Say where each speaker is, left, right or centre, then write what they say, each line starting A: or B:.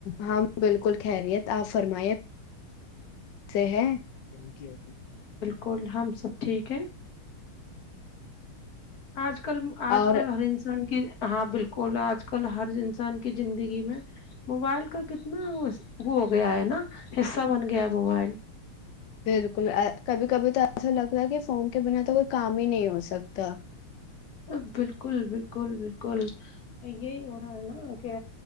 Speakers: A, on the left; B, on the left.
A: ہاں بالکل خیریت آپ فرما سے ہے تھینک یوی
B: کول ہم سب ٹھیک ہے آج ک <unintelligible> آج کل آج
A: اور
B: کل ہر انسان کی ہاں بالکل آج کل ہر انسان کی زندگی میں موبائل کا کتنا ہو گیا ہے نا حصہ بن گیا ہے موبائل
A: بالکل ا کبھی کبھی تو ایسا لگتا ہے کہ فون کے بنا تو کوئی کام ہی نہیں ہو سکتا
B: ا بالکل بالکل بالکل یہی ہو رہا ہے نا کہ